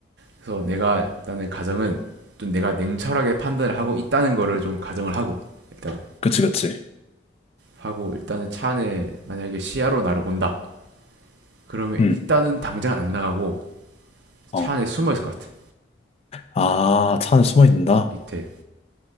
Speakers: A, on the right; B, on the left.
A: 그래서 내가 나는 가정은 좀 내가 냉철하게 판단을 하고 있다는 거를 좀 가정을 하고 일단
B: 그치, 그치.
A: 하고 일단은 차 안에 만약에 시야로 나를 본다. 그러면
B: 음.
A: 일단은 당장 안 나가고
B: 어.
A: 차 안에 숨어 있을 것 같아.
B: 아, 차 안에 숨어 있는다?
A: 밑에